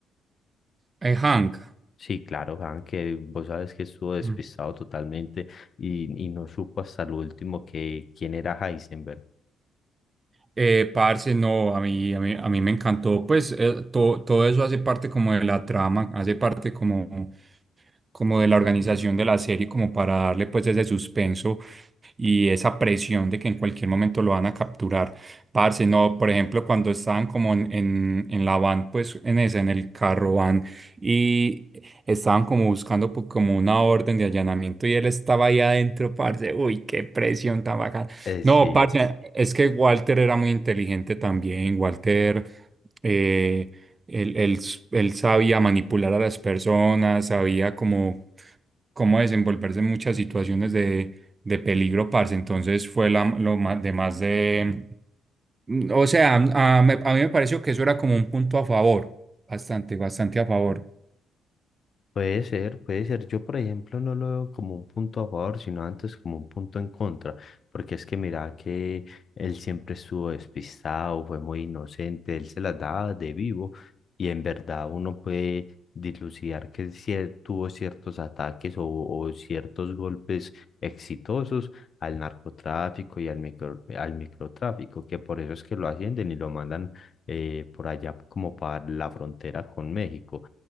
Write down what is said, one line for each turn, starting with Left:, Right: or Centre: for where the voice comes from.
Right: Eh, Hank.
Left: Sí, claro, Hank, que vos sabes que estuvo despistado
Right: Mm.
Left: totalmente y, y no supo hasta el último que quién era Heisenberg.
Right: Eh, parce, no, a mí, a mí, a mí me encantó, pues eh, to- todo eso hace parte como de la trama, hace parte como, como de la organización de la serie, como para darle pues ese suspenso y esa presión de que en cualquier momento lo van a capturar. Parce, no, por ejemplo, cuando estaban como en, en, en la van, pues en ese, en el carro van, y estaban como buscando po- como una orden de allanamiento y él estaba ahí adentro, parce, uy, qué presión tan bacana.
Left: Eh, sí.
Right: No, parce, es que Walter era muy inteligente también, Walter, eh, él, él s- él sabía manipular a las personas, sabía como cómo desenvolverse en muchas situaciones de de peligro, parce. Entonces fue la, lo más, de más de... mm, O sea, a, a- me- a mí me pareció que eso era como un punto a favor, bastante, bastante a favor.
Left: Puede ser, puede ser. Yo, por ejemplo, no lo veo como un punto a favor, sino antes como un punto en contra, porque es que mira que él siempre estuvo despistado, fue muy inocente, él se las daba de vivo y en verdad uno puede dilucidar que él sí tuvo ciertos ataques o, o ciertos golpes exitosos al narcotráfico y al micro, al microtráfico, que por eso es que lo ascienden y lo mandan eh, por allá como para la frontera con México